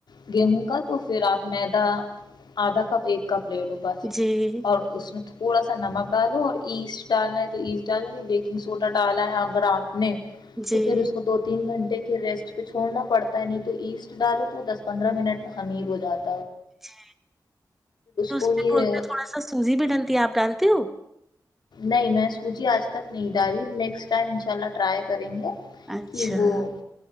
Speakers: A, on the left; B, in the centre.
A: <unintelligible> گیہوں کا تو پھر آپ میدا آدھا کپ ایک کپ لے لو بس
B: جی
A: اور اس میں تھوڑا سا نمک ڈالو اور ایسٹ ڈالنا ہے تو ایسٹ ڈالو نہیں بیکنگ سوڈا ڈالا ہے اگر آپ نے
B: جی
A: تو پھر اس کو دو تین گھنٹے کے ریسٹ پہ چھڑنا پڑتا ہے نہیں تو ایسٹ ڈال وہ دس پندرہ منٹ میں خمیر ہو جاتے
B: جی اس
A: کو یہ
B: میں بولتے تھوڑا سا سوزی بھی ڈنتی ہے آپ ڈانتی ہو
A: نہیں میں سوچی آج تک نہیں ڈال رہی نیکسٹ ٹائم انشاء اللہ ٹرائی کریں گے
B: اچھا
A: کہ وہ
B: <unintelligible>